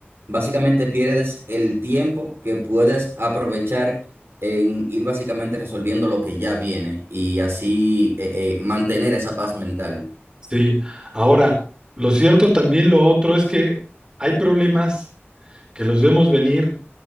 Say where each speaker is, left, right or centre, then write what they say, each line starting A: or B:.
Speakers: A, on the right; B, on the right.
A: básicamente pierdes el tiempo que puedes aprovechar en ir básicamente resolviendo lo que ya viene y así eh, eh, mantener esa paz mental.
B: sí. Ahora, lo cierto también lo otro es que hay problemas que los vemos venir